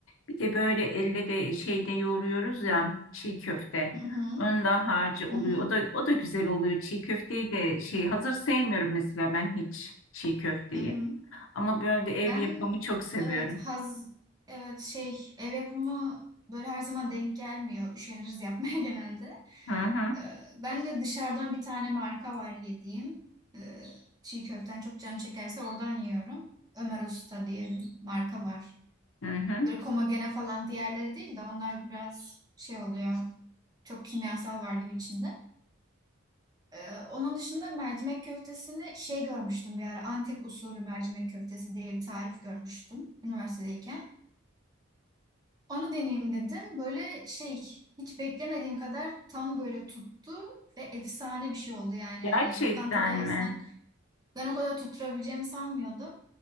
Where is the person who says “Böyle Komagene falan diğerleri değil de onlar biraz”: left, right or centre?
Right